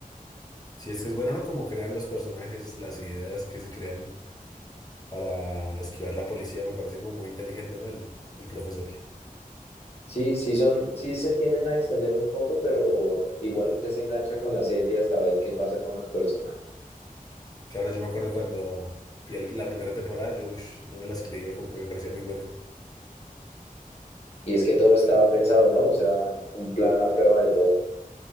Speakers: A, on the left; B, on the left.
A: Si es que es bueno, ¿no? Como crean los personajes, las ideas que se crean para esquivar la policía, me parece como muy inteligente, ¿no? El, el profesor.
B: Sí, sí son, sí se tienden a extender un poco, pero igual usted se engancha con la serie hasta ver qué pasa con los personajes.
A: Claro, yo me acuerdo cuando vi el- la primera temporada, yo ush, no me las creía, como que me parecía muy buena.
B: Y es que todo estaba pensado, ¿no? O sea, un plan a prueba de todo.